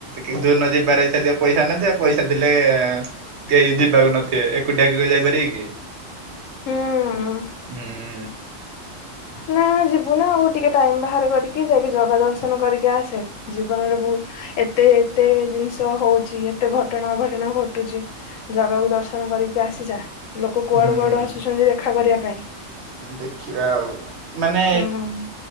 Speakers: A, on the right; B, on the left.
A: କିନ୍ତୁ, ଏମିତି ଯିବାରେ ଇଛା ଥିବ ପଇସା ନଥିବ ପଇସା ଥିଲେ କେହି ଯିବାକୁ ନଥିବେ ଏକୁଟିଆ କେବେ ଯାଇପାରିବେ କି?
B: ହୁଁ।
A: ହୁଁ।
B: ନା ଯିବୁନା ଆଉ ଟିକେ ଟାଇମ ବାହାର କରିକି, ଯାଇକି ଜଗା ଦର୍ଶନ କରିକି ଆସେ। ଜୀବନରେ ବହୁତ ଏତେ ଏତେ ଜିନିଷ ହଉଛି, ଏତେ ଘଟଣା ଅଘଟଣା ଘଟୁଛି। ଜଗାକୁ ଦର୍ଶନ କରିକି ଆସିଯା, ଲୋକ କୁଆଡୁ
A: ହୁଁ
B: କୁଆଡୁ ଆସୁଛନ୍ତି ଦେଖା କରିବା ପାଇଁ।
A: ଦେଖିବା ଆଉ ମାନେ
B: ହୁଁ